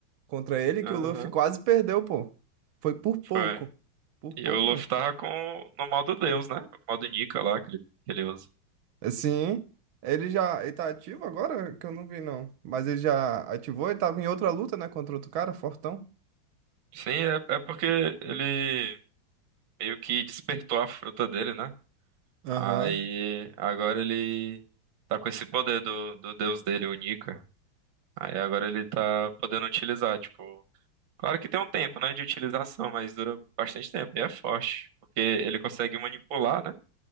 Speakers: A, on the right; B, on the right.
A: contra ele,
B: Aham,
A: que o Luffy quase perdeu, pô. Foi por pouco.
B: foi.
A: Por
B: E
A: pouco
B: o Luffy
A: mesmo.
B: tava com, no modo Deus, né? O modo Nika lá que ele, que ele usa.
A: Sim. Ele já. Ele tá ativo agora? Que eu não vi, não. Mas ele já ativou e tava em outra luta, né? Contra outro cara, Fortão.
B: Sim, é, é porque ele meio que despertou a fruta dele, né?
A: Aham.
B: Aí agora ele tá com esse poder do, do deus dele, o Nika. Aí agora ele tá podendo utilizar, tipo. Claro que tem um tempo, né, de utilização, mas dura bastante tempo e é forte. Porque ele consegue manipular, né?